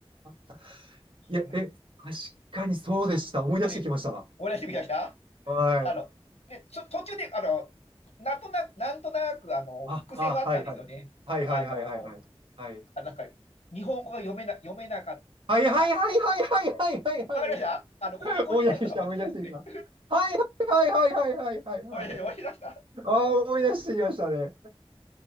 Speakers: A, on the right; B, on the left.
A: あ。いや、
B: これ、
A: え、確かにそうでした。思い出してきましたわ。
B: ね、思い出してみました
A: はい。
B: あの、ね、ちょ途中で、あの、なんとなく、なんとなく、あの、
A: あ、
B: 伏線はあったんですよね。
A: あ、はいはい。はいはいはいはいはい。
B: あの、
A: はい。
B: なんか、日本語が読めな、読めなかった、
A: はいはいはいはいはいはいはいはい。
B: なんか、わかりましたあの、
A: <laughs>
B: 国語辞典とか持ってきたんですね。
A: 思い出してきた、思い出してきた。はいはいはいはいはいはいはい。
B: 思い出した
A: ああ、思い出してきましたね。